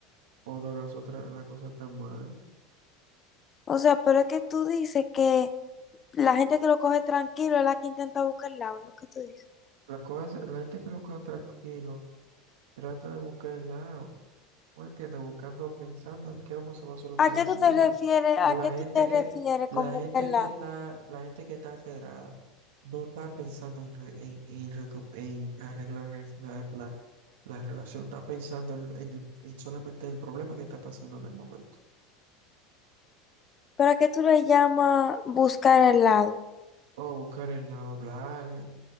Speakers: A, on the right; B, on the left.
A: o de las otras, la cosa está mal.
B: o sea, pero es que tú dices que la gente que lo coge tranquilo es la que intenta buscar el lado, es lo que tú dices.
A: La cosa, la gente que lo queda tranquilo trata de buscar el lado. ¿No entiendes? Buscando, pensando en cómo se va a solucionar
B: ¿A qué
A: el
B: tú
A: problema.
B: te refieres? ¿A
A: Pero la
B: qué
A: gente
B: tú te
A: que,
B: refieres
A: la
B: con
A: gente
B: buscar el
A: que
B: lado?
A: está, la gente que está alterada no está pensando en, re- en, en recu- en arreglar re- la, la- la relación, está pensando en, en el- en solamente el problema que está pasando en el momento.
B: ¿Pero a qué tú le llamas buscar el lado?
A: O buscar el lado, hablarle,